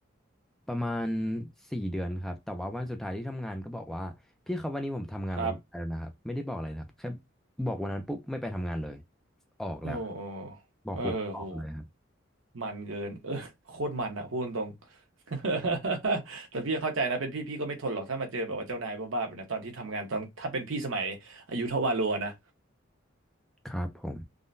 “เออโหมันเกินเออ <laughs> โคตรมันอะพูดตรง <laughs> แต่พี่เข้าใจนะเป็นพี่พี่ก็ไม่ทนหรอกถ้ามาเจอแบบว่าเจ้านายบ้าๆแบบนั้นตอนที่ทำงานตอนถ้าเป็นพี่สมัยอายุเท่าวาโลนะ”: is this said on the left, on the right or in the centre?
Right